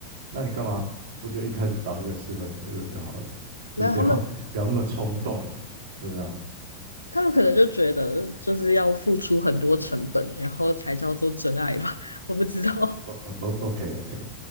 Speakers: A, on the right; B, on the left.
A: 那你干嘛不就一开始找一个适合你的人就好了？就是不要
B: 没有，他们
A: <laughs> 不要那么冲动，对啊。
B: 他们可能就觉得就是要付出很多成本，然后才叫做真爱吧？<laughs> 我不知道，
A: O O O K O K，